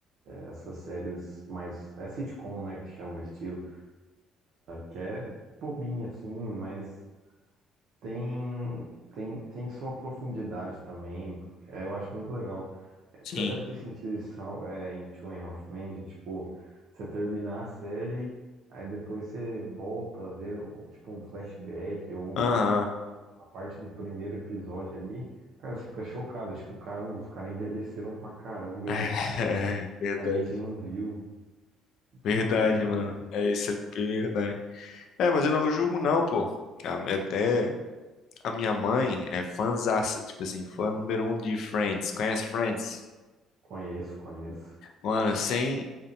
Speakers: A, on the right; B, on the left.
A: essas séries mais... É sitcom, né? Que chama o estilo. Que é bobinha, assim, mas Tem, tem, tem sua profundidade também. É, eu acho muito legal.
B: Sim.
A: Você deve ter sentido isso é, em Two and a Half Men, de, tipo, você terminar a série, aí depois você volta a ver, tipo, um flashback ou
B: Aham.
A: um, alguma parte do primeiro episódio ali. Cara, você fica chocado, tipo, caramba, os caras envelheceram pra caramba
B: É,
A: e, tipo,
B: <laughs>
A: a
B: verdade.
A: gente não viu.
B: Verdade,
A: Que doideira.
B: mano. É isso, é bem verdade. É, mas eu não julgo não, pô. A- Até a minha mãe é fãzaça, tipo assim, fã número um de Friends. Conhece Friends?
A: Conheço, conheço.
B: Mano, sem...